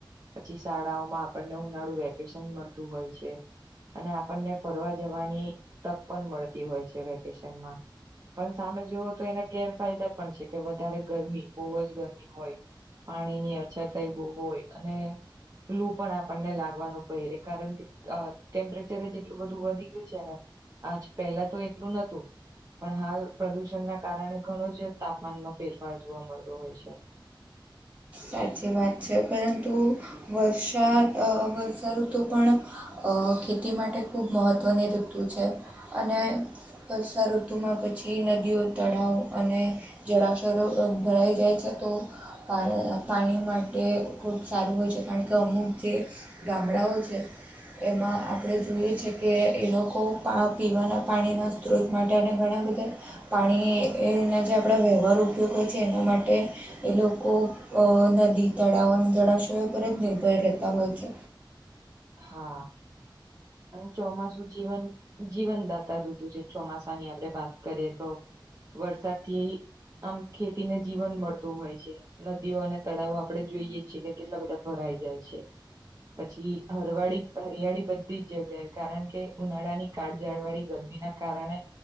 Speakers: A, on the right (about 40°); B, on the right (about 15°).
A: પછી શાળાઓમાં પણને ઉનાડું વેકેશન મળતું હોય છે. અને આપણને ફરવા જવાની તક પણ મળતી હોય છે વેકેશનમાં. પણ સામે જોઓ તો એના ગેરફાયદા પણ છે કે વધારે ગરમી બહુ જ ગરમી હોય. પાણી ની અછત તઈ બુ બહુ હોય એક અને લૂપ પણ આપણને લાગવાનું પય રે કારણ કે અ ટેમ્પરેચર જ જેટલું બધું વધી ગયું છે ને. આજ પેલા તો એટલું નતું. પણ હાલ પ્રદુષણ ના કારણે ઘણો જ તાપમાનમાં ફેરફાર જોવા મળતો હોય છે.
B: સાચી વાત છે પરંતુ વર્ષાદ અ વર્ષાઋતુ પણ અ ખેતી માટે ખૂબ મહત્ત્વની ઋતુ છે અને વર્ષાઋતુમાં પછી નદીઓ તળાવો અને જળાશરો એમ ભરાઈ જાય છે તો પાણી પાણી માટે ખૂબ સારું હોય છે કારણ કે અમુક જે ગામડાઓ છે એમાં આપડે જોઈએ છે કે એ લોકો પા પીવાના પાણીના સ્ત્રોત માટે અને ઘણા બધા પાણી એના જે આપડા વ્યવહારૂ ઉપયોગો છે એના માટે એ લોકો અ નદી, તળાવો અને જળાશયો પર જ નિર્ભર રહેતા હોય છે.
A: હા. અને ચોમાસું જીવન જીવનદાતા ઋતુ છે ચોમાસાની આપડે વાત કરીએ તો. વરસાદ થી આમ ખેતી ને જીવન મળતું હોય છે. નદીઓ અને તળાવો આપડે જોઈએ છીએ કે કેટલા બધા ભરાઈ જાય છે પછી પળી હરિયાળી બધી જ જગ્યાએ કારણ કે ઉનાળાની કાળઝાળ વાળી ગરમી ના કારણે